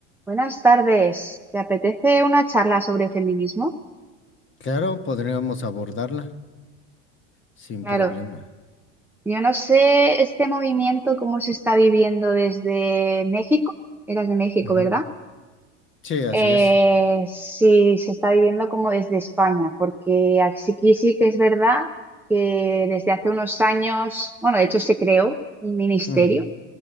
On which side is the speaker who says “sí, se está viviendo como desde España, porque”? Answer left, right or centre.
Centre